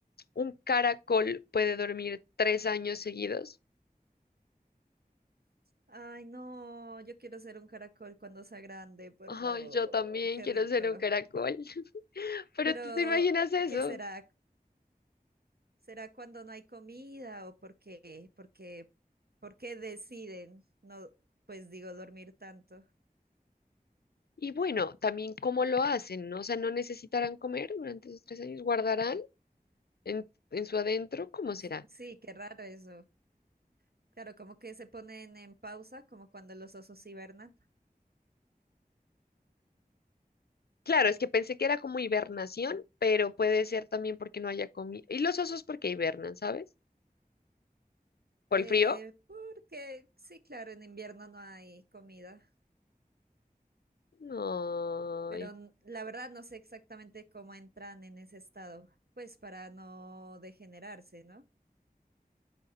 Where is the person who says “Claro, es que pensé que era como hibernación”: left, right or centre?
Left